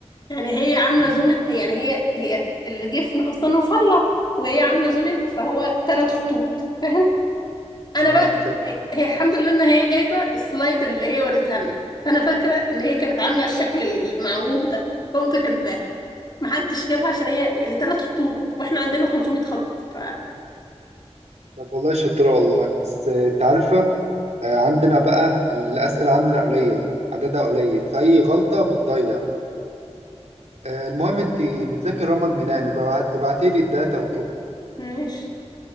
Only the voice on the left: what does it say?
يعني هي عاملة
زوم إن- يعني هي هي الجفن أصلا رفيع وهي عاملة زوم إن، فهو ثلاث خطوط فاهم أنا
بقى
هي هي الحمد لله إن هي جايبة السلايد اللي هي وريتها لنا فأنا فاكرة إن هي كانت عاملة الشكل المعوج ده قمت كاتباها محدش جابها عشان هي يعني ثلاث خطوط واحنا عندنا 500 خط ف
ماشي